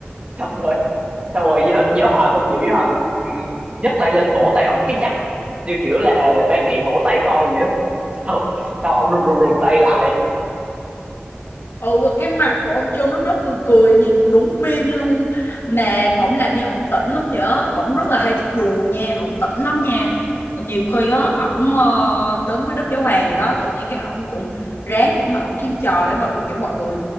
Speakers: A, on the right; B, on the left.
A: xong rồi xong rồi giáo giáo hòa không chịu giáo hòa ừ, nhấc tay lên vỗ tay ổng cái chắc như kiểu là ba mẹ vỗ tay con vậy đó sau sau ổng rụt rụt rụt tay lại
B: ừ và cái mặt của ông Trung lúc đó cười cười nhìn đúng meme luôn mà ổng làm như ổng tỉnh lắm nhở, ổng rất là hay thích đùa nha ổng tỉnh lắm nha nhiều khi á ổng ờ, đứng với Đức Giáo Hoàng vậy đó tự nhiên cái ổng cũng ráng để mà ổng kiếm trò để mà kiểu mọi người